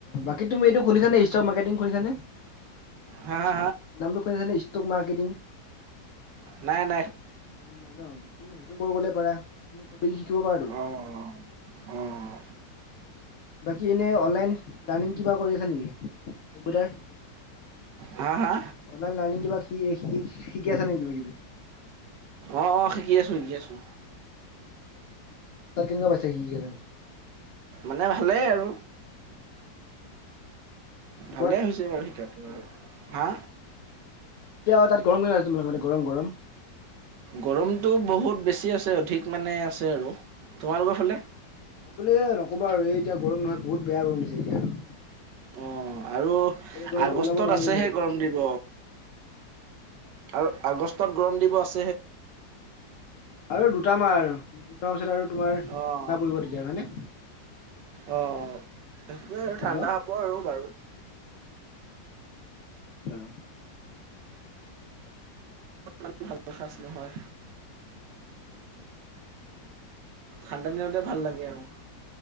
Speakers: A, on the left; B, on the right.
A: বাকী তুমি এইটো খুুলিছানে ষ্ট খুনিছানে?
B: হা হা
A: নামটো কৈছানে ষ্টক মাৰ্কেটিং
B: নাইন
A: নাই ন তুমি সেইটো কৰিবলে পাৰা তুমি কদিং শিকিব পাৰাটো। <inaudible>
B: অ'। অ',
A: বাকী এনে অনলাইন লাৰ্ণিং কিবা কৰি আছে নেকি কম্পিউটাৰ।
B: হা হা
A: অলাইন লাৰ্ণিং শি এ শিকি শিকি আছা নেকি কিবা কিবি
B: অ অ শিকি আছো শিকি আছো।
A: তাত কেনেকা পাইছে সি কেনে
B: মানে ভালেই আৰু।
A: তোমাৰ
B: ভালে হৈছে বাৰু শিকাটো,
A: অ
B: হা।
A: এতিয়া তাত গৰম কেনে তোমালোকে গৰম গৰম।
B: গৰমতটো বহুত বেছি আছে অধিক মানে আছে আৰু। তোমালোকৰ ফালে?
A: বোলে নক'বা আৰু এই এতিয়া গৰম নহয় বহুত বেয়া গৰম দিছে এতিয়া আৰু।
B: অ' আৰু
A: এই গৰমত
B: আগষ্টত
A: ওলাব নোৱাৰি
B: আছেহে
A: মানে ক'তো
B: গৰম
A: আৰু।
B: দিব। আৰু আগষ্টত গৰম দিৱস।
A: আৰু দুটা মাহ আৰু দুটা পাছত আৰু তোমাৰ
B: উম,
A: ঠাণ্ডা পৰিব তেতিয়া হয় নে।
B: অ সেইটোৱে আৰু
A: হেল্ল'
B: ঠাণ্ডা হ'ব আৰু বাৰু।
A: <unintelligible>
B: <unintelligible> খাইছিলোঁং হয়।
A: অ <unintelligible>
B: ঠাণ্ডা দিনতে ভাল লাগে আৰু।